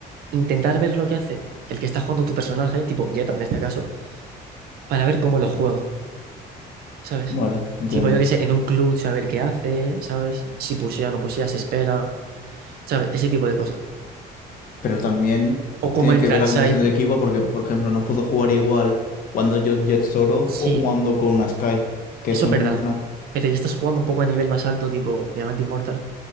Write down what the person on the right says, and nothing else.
intentar ver lo que hace el que está jugando tu personaje, tipo Jetta en este caso, para ver cómo lo juega, ¿sabes?
Tipo, yo qué sé, en un club saber qué hace, ¿sabes? Si pusea, no pusea, se espera, ¿sabes? Ese tipo de cosas.
O cómo
entra
al
site.
Sí,
eso
es verdad.
Pero ya estás jugando un poco a nivel más alto, tipo Diamante Immortal.